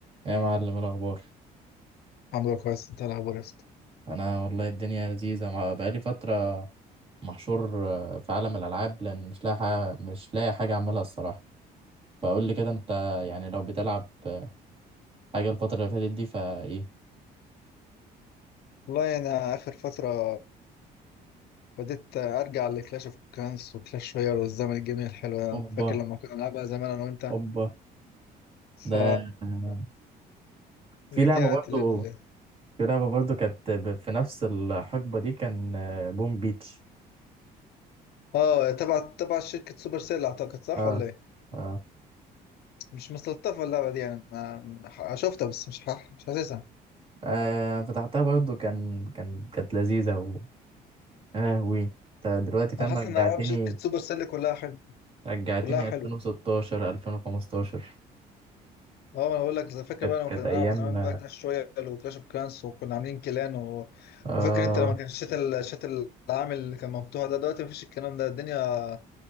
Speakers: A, on the right (about 35°); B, on the left (about 70°).
A: ايه يا معلم إيه الأخبار
B: الحمد لله كويس انت إيه الاخبار يا اسطى
A: أنا والله الدنيا لذيذة مع- بقالي فترة محشور آه، في عالم الألعاب لأن مش لاقي حاجة مش لاقي حاجة أعملها الصراحة فقول لي كده أنت يعني لو بتلعب آه، حاجة الفترة اللي فاتت دي فإيه
B: والله يعني اخر فتره بديت ارجع لكلاش اوف كلانس وكلاش رويال والزمن الجميل الحلو ده
A: أوبا
B: فاكر لما كنا بنلعبها زمان انا وانت
A: أوبا
B: ف
A: ده آه، في
B: رجعت
A: لعبة برضو
B: لل
A: في لعبة برضو كانت ب- في نفس الحقبة دي كان آه، بوم بيتش
B: اه تبع تبع شركه سوبر سيل اعتقد صح
A: آه
B: ولا ايه
A: آه,
B: مش مستلطفه اللعبه دي يعني انا ح- شفتها بس مش ح... مش حاسسها
A: آه فتحتها برضو كان كان كانت لذيذة و يا لهوي أنت دلوقتي فاهم
B: انا حاسس
A: رجعتني
B: ان العاب شركه سوبر سيل كلها حلو
A: رجعتني
B: كلها حلوه
A: 2016 2015
B: اه انا بقول لك اذا فاكر
A: كانت
B: بقى لما
A: كانت
B: كنا
A: ايام
B: بنلعب زمان بقى كلاش رويال وكلاش اوف كلانس وكنا عاملين كلان و...
A: آه
B: وفاكر انت لما كان الشات ال- الشات العامل اللي كان مفتوح ده دلوقتي مفيش الكلام ده الدنيا